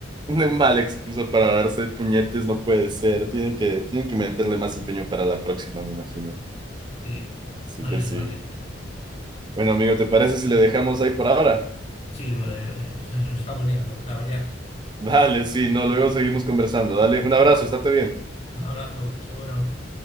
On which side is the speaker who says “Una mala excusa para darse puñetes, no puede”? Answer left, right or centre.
Right